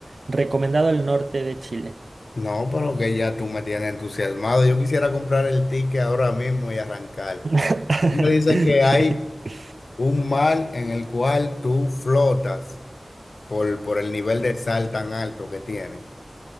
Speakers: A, on the right; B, on the left.
A: recomendado el norte de Chile.
B: No, pero que ya tú me tienes entusiasmado. Yo quisiera comprar el ticket ahora mismo y arrancar.
A: <laughs>
B: Tú me dices que hay un mar en el cual tú flotas por, por el nivel de sal tan alto que tiene.